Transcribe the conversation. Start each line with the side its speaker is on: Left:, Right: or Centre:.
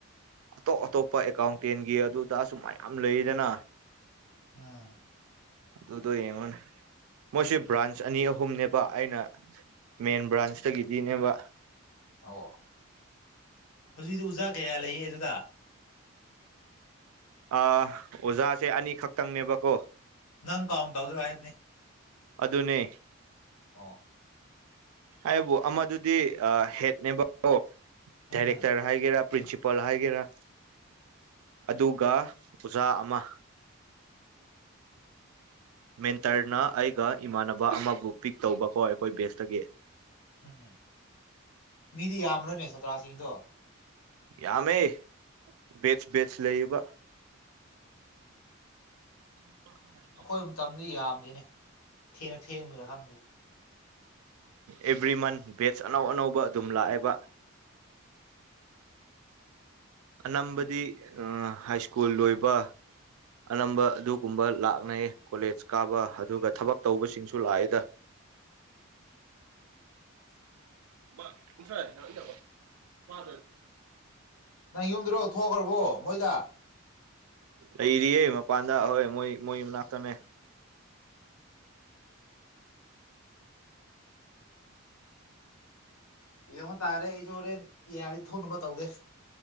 Right: ꯑꯇꯣꯞ ꯑꯇꯣꯞꯄ ꯑꯦꯀꯥꯎꯟꯇꯦꯟꯒꯤ ꯑꯗꯨꯗꯁꯨꯨꯝ ꯃꯌꯥꯝ ꯂꯩꯗꯅ
Left: ꯑꯥ
Right: ꯇꯨ ꯇ ꯑꯦꯃ ꯃꯣꯏꯁꯦ ꯕ꯭ꯔꯥꯟꯁ ꯑꯅꯤ ꯑꯍꯨꯝꯅꯦꯕ ꯑꯩꯅ ꯃꯦꯟ ꯕ꯭ꯔꯥꯟꯁꯇꯒꯤꯗꯤꯅꯦꯕ
Left: ꯑꯣ ꯍꯧꯖꯤꯛꯗꯤ ꯑꯣꯖꯥ ꯀꯌꯥ ꯂꯩꯌꯦ ꯑꯗꯨꯗ
Right: ꯑꯣꯖꯥꯁꯦ ꯑꯅꯤꯈꯛꯇꯪꯅꯦꯕꯀꯣ
Left: ꯅꯪ ꯀꯥꯎꯟ ꯇꯧꯗꯣꯏꯣ ꯍꯥꯏꯕꯅꯤ
Right: ꯑꯗꯨꯅꯦ
Left: ꯑꯣ
Right: ꯍꯥꯏꯕꯨ ꯑꯃꯗꯨꯗꯤ ꯍꯦꯠꯅꯦꯕꯣ
Left: ꯎꯝ
Right: ꯗꯥꯏꯔꯦꯛꯇꯔ ꯍꯥꯏꯒꯦꯔꯥ ꯄ꯭ꯔꯤꯟꯁꯤꯄꯥꯜ ꯍꯥꯏꯒꯦꯔꯥ ꯑꯗꯨꯒ ꯑꯣꯖꯥ ꯑꯃ ꯃꯦꯟꯇꯔꯅ ꯑꯩꯒ ꯏꯃꯥꯟꯅꯕ ꯑꯃꯕꯨ ꯄꯤꯛ ꯇꯧꯕꯀꯣ ꯑꯩꯈꯣꯏ ꯕꯦꯁꯇꯒꯤ
Left: ꯎꯝꯝ ꯃꯤꯗꯤ ꯌꯥꯝꯃ꯭ꯔꯣꯏꯅꯦ ꯆꯇ꯭ꯔꯥꯁꯤꯡꯗꯣ
Right: ꯌꯥꯝꯃꯦ ꯕꯦꯁ ꯕꯦꯁ ꯂꯩꯕ <inaudible>
Left: ꯑꯩꯈꯣꯏ ꯃꯇꯝꯗꯤ ꯌꯥꯝꯗꯤꯦꯅꯦ ꯊꯦꯡꯅ ꯊꯦꯡꯃꯤꯔꯥ ꯈꯪꯗꯦ
Right: ꯑꯦꯕ꯭ꯔꯤ ꯃꯟ ꯕꯦꯠꯁ ꯑꯅꯧ ꯑꯅꯧꯕ ꯑꯗꯨꯝ ꯂꯥꯛꯑꯦꯕ ꯑꯅꯝꯕꯗꯤ ꯍꯥꯏ ꯁ꯭ꯀꯨꯜ ꯂꯣꯏꯕ ꯑꯅꯝꯕ ꯑꯗꯨꯒꯨꯝꯕ ꯂꯥꯛꯅꯩꯌꯦ ꯀꯣꯂꯦꯖ ꯀꯥꯕ ꯑꯗꯨꯒ ꯊꯕꯛ ꯇꯧꯕꯁꯤꯡꯁꯨ ꯂꯥꯛꯑꯦꯗ ꯎ ꯎꯕꯣ ꯃꯥꯗ
Left: ꯅꯪ ꯌꯨꯝꯗꯨꯔꯣ ꯊꯣꯛꯈ꯭ꯔꯕꯣ ꯃꯣꯏꯗ
Right: ꯂꯩꯔꯤꯌꯦ ꯃꯄꯥꯟꯗ ꯍꯣꯏ ꯃꯣꯏ ꯃꯣꯏ ꯃꯅꯥꯛꯇꯃꯦ
Left: ꯌꯦꯉꯣꯟ ꯇꯥꯔꯦ ꯑꯩꯁꯨꯣꯔꯦ ꯌꯥꯔꯤ ꯊꯣꯡꯅꯨꯕ ꯇꯧꯒꯦ